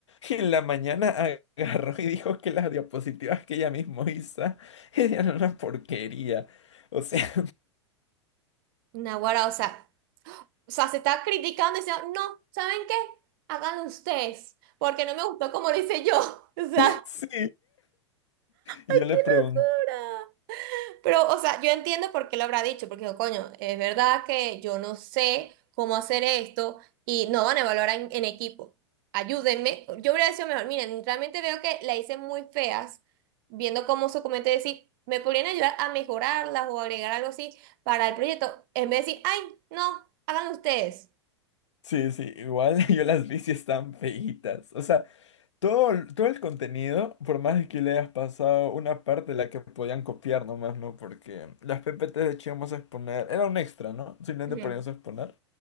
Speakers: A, on the left (about 75°); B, on the right (about 45°).
A: Y en la mañana <laughs> agarró y dijo que las diapositivas que ella misma hizo <laughs> eran una porquería. O sea,
B: Naguará, o sea, o sea, se está criticando y diciendo, no, ¿saben qué? Háganlo ustedes, porque no me gustó como lo hice yo. <laughs> O sea,
A: <laughs> sí. Y
B: ¡ay,
A: yo le
B: qué locura!
A: pregunté,
B: Pero, o sea, yo entiendo por qué lo habrá dicho, porque dijo, coño, es verdad que yo no sé cómo hacer esto y no van a evaluar en, en equipo. Ayúdenme. Yo hubiera sido mejor, miren, realmente veo que la hice muy feas, viendo cómo su comentario decir, me podrían ayudar a mejorarlas o agregar algo así para el proyecto, en vez de decir, ay, no, háganlo ustedes.
A: sí, sí, igual <laughs> yo las vi si están feitas. O sea, Todo, el- todo el contenido, por más de que le hayas pasado una parte de la que podían copiar nomás, ¿no? Porque las PPT de hecho íbamos a exponer, era un extra, ¿no? Simplemente
B: Ujú.
A: poníamos a exponer.